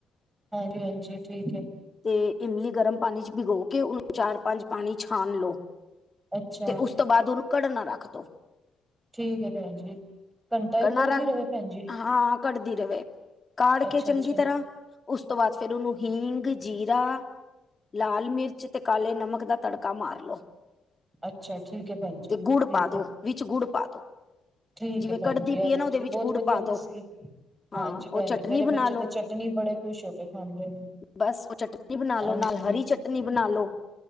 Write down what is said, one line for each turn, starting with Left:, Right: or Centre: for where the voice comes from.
Right: ਹਾਂਜੀ-ਹਾਂਜੀ ਠੀਕ ਹੈ।
Left: ਤੇ ਇਮਲੀ ਗਰਮ ਪਾਣੀ ਚ ਭਿਗੋ ਕੇ ਉਹਨੂੰ ਚਾਰ-ਪੰਜ ਪਾਣੀ ਛਾਣ ਲਓ।
Right: ਅੱਛਾ
Left: ਤੇ ਉਸ ਤੋਂ ਬਾਅਦ ਉਹਨੂੰ ਕੜਨ ਨਾ ਰੱਖ ਦਿਉ।
Right: ਠੀਕ ਏ ਭੈਣ ਜੀ। ਘੰਟਾ
Left: ਪਹਿਲਾਂ
Right: ਇੱਕ ਕੱਢਦੀ
Left: ਰੱਖ,
Right: ਰਵੇ ਭੈਣ ਜੀ
Left: ਹਾਂ ਕਟਦੀ ਰਹੇ, ਕਾੜ ਕੇ
Right: ਅੱਛਾ
Left: ਚੰਗੀ
Right: ਅੱਛਾ
Left: ਤਰਾਂ- ਉਸ ਤੋਂ ਬਾਅਦ ਫੇਰ ਉਹਨੂੰ ਹੀਂਗ-ਜੀਰਾ, ਲਾਲ ਮਿਰਚ ਤੇ ਕਾਲੇ ਨਮਕ ਦਾ- ਤੜਕਾ ਮਾਰ ਲੋ,
Right: ਅੱਛਾ ਠੀਕ ਹੈ ਭੈਣ ਜੀ
Left: ਤੇ
Right: ਠੀਕ
Left: ਗੁੜ ਪਾ ਦੋ,
Right: ਹੈ
Left: ਵਿੱਚ ਗੁੜ ਪਾ ਦੋ।
Right: ਠੀਕ
Left: ਜਿਵੇਂ
Right: ਏ ਭੈਣ
Left: ਕੜਦੀ
Right: ਜੀ
Left: ਪਈ
Right: ਐ
Left: ਹੈ
Right: ਤੇ
Left: ਨਾ
Right: ਤੁਸੀਂ
Left: ਉਹਦੇ ਵਿੱਚ
Right: ਬੋਤ
Left: ਗੁੜ
Right: ਵਧੀਆ
Left: ਪਾ
Right: ਦੱਸੀਏ।
Left: ਦੋ ਹਾਂ
Right: ਹਾਂਜੀ
Left: ਉਹ
Right: ਭੈਣ
Left: ਚਟਨੀ
Right: ਜੀ ਮੇਰੇ
Left: ਬਣਾ
Right: ਬੱਚੇ
Left: ਲੋ
Right: ਤੇ ਚਟਨੀ ਬੜੇ ਖ਼ੁਸ਼ ਹੋ ਕੇ ਖਾਂਦੇ ਨੇ।
Left: ਬਸ ਉਹ ਚਟਨੀ ਬਣਾ
Right: ਹਾਂਜੀ
Left: ਲੋ ਨਾਲ ਹਰੀ
Right: ਹਾਂਜੀ
Left: ਚਟਨੀ ਬਣਾ ਲੋ